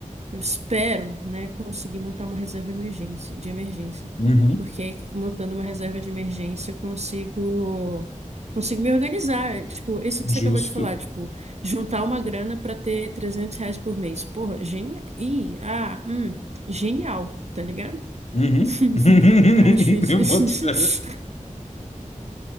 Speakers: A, on the right (about 55°); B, on the left (about 55°).
A: Eu espero, né, conseguir montar uma reserva emergência, de emergência,
B: Uhum.
A: porque aí, montando uma reserva de emergência eu consigo consigo me organizar. É, Tipo, isso
B: Justo.
A: que você acabou de falar, tipo, juntar uma grana para ter 300 reais por mês. Porra, genial. Ih, ah, hum, genial, tá ligado?
B: Uhum.
A: <laughs>
B: <laughs>
A: Acho isso.
B: Eu
A: <laughs>
B: boto fé.